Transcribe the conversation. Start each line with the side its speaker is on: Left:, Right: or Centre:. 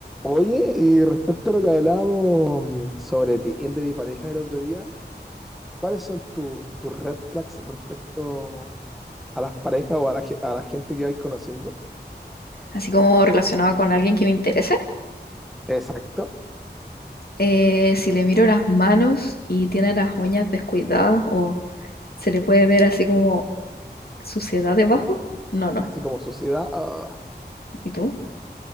Centre: Oye, y respecto a lo que hablábamos mm, sobre Tinder y parejas el otro día, ¿cuáles son tus tus red flags respecto a las parejas o a la, ge- a la gente que vais conociendo?
Left: así como relacionado con alguien que me interese,
Centre: Exacto.
Left: eh, si le miro las manos y tiene las uñas descuidadas o se le puede ver así como suciedad debajo, no, no.
Centre: Así como sociedad. ah,
Left: ¿Y tú?